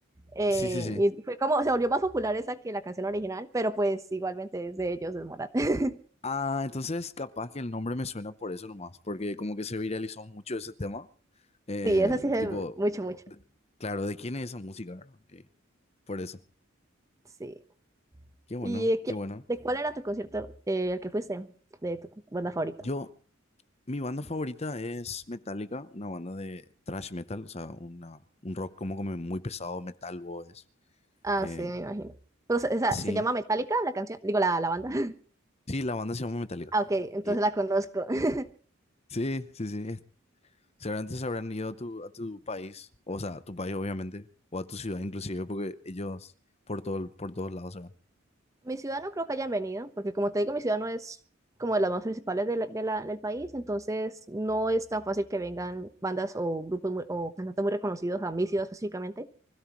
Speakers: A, on the right; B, on the left.
A: Eh,
B: Sí, sí, sí.
A: y fue como, se volvió más popular esa que la canción original, pero pues igualmente es de ellos, es Morat. <laughs>
B: Ah, entonces capaz que el nombre me suena por eso nomás. Porque como que se viralizó mucho ese tema. Eh,
A: Sí, esa sí es
B: tipo,
A: mucho, mucho.
B: de- claro, ¿de quién es esa música? verdad? Eh, por eso.
A: Sí.
B: Qué bueno,
A: ¿Y de quién-
B: qué bueno.
A: de cuál era tu concierto eh, al que fuiste de tu banda favorita?
B: Yo, mi banda favorita es Metallica, una banda de thrash metal, o sea, una, un rock como, como muy pesado, metal, o es.
A: Ah,
B: Eh,
A: sí, me imagino. Pues, esa,
B: sí,
A: ¿se llama Metallica la canción? Digo, la, la banda. <laughs>
B: sí, la banda se llama Metallica.
A: Ah, ok, entonces
B: Y-
A: la conozco. <laughs>
B: sí, sí, sí. es- Seguramente se habrán ido a tu, a tu país, o sea, a tu país obviamente, o a tu ciudad inclusive, porque ellos por todo, por todos lados se van.
A: Mi ciudad no creo que hayan venido, porque como te digo, mi ciudad no es como de las más principales de la- de la- del país, entonces no es tan fácil que vengan bandas o grupos muy- o cantantes muy reconocidos a mi ciudad específicamente.